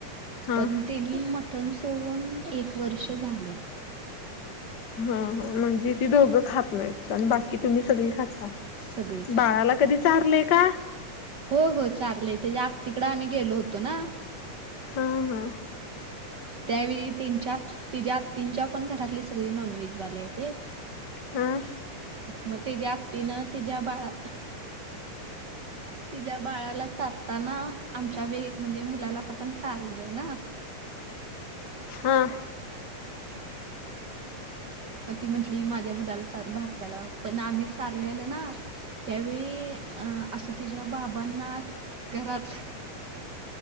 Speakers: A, on the left; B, on the right.
A: हा.
B: पण तेनी मटन सोडून एक वर्ष झाले.
A: हा हा म्हणजे ती दोघं खात नाहीत. बाकी तुम्ही सगळी खाता.
B: सगळी
A: बाळाला कधी चारलंय का?
B: हो हो चारलंय. तेजा आत्तीकड आम्ही गेलो होतो ना
A: हां हां.
B: त्यावेळी त्येंच्यांत ते ज्या ज्वत सगळी नांनव्हे ज वाले आ
A: हम्म.
B: म ते ज्या तीन ते ज्या बाळा तिच्या्या बाळाला सारताना आमच्या वे म्हणजे मुलाला आपण सारलं ना
A: हां.
B: म ती म्हटली माझ्या मुलाल चार भात. चला पण आम्हीच हारलेलं ना त्यावेळी की अ असं तीच्या बाबांना घरात